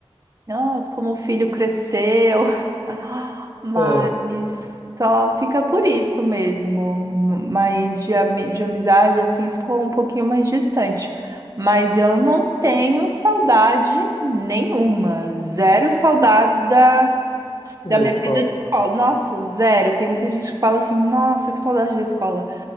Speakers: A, on the right; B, on the left.
A: Nossa, como o filho cresceu. <gasps> <laughs> Mas
B: É,
A: só fica por isso mesmo. Mas de, ami- de amizade, assim, ficou um pouquinho mais distante. Mas eu não tenho saudade nenhuma. Zero saudades da,
B: da
A: da minha
B: escola.
A: vida de escola. Nossa, zero. Tem muita gente que fala assim, nossa, que saudade da escola.